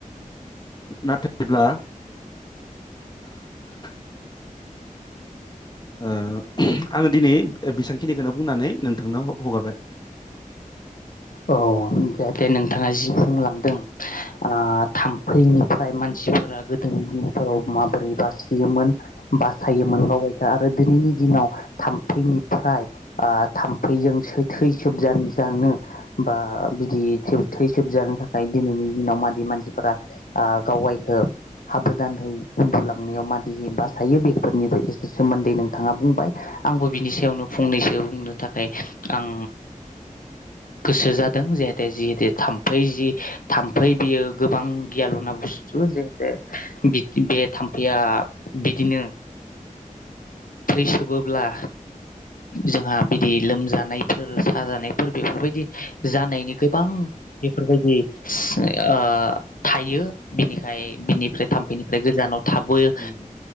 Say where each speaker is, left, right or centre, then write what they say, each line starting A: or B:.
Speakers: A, on the left; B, on the left.
A: नाथायब्ला <unintelligible> ओ आङो दिनै बि-बिसेबांखिनिखौनो बुंनानै नोंथांनो ह-हगारबाय।
B: औ जाहाथे नोंथाङा जि बुंलांदों। ओ थामफैनि <unintelligible> मानसिफोरा गोदोनि दिनाव <unintelligible> माबोरै बासियोमोन। बासायोमोन गावबायखा आरो दिनैनि दिनाव थाम्फैनिफ्राय थाम्फै जोंसो थै सोब जा-जानो बा बिदि थै सोबजानो थाखाय दिनैनि दिनाव मादि मानसिफोरा गावगायखौ हाबोदानहै उन्दुलांनायाव मादि बासायो बेफोरनि एसे सोमोन्दै नोंथाङा बुंबाय आंबो बिनि सायावनो फंनैसो बुंनो थाखाय आं गोसो जादों जेहेते जिहेतु थाम्फै जि थाम्फै बेयो गोबां गियाल'ना बुस्थु जेहेते बे थाम्फैया बिदिनो थैसोबोब्ला जोंहा बिदि लोमजानाय <unintelligible> साजानायफोर बेफोरबायदि जानायनि गोबां बेफोरबायदि आ थायो बिनिखाय बिनिफ्राय थाम्फैनिफ्राय गोजानाव थाबयो
A: मा होनो बे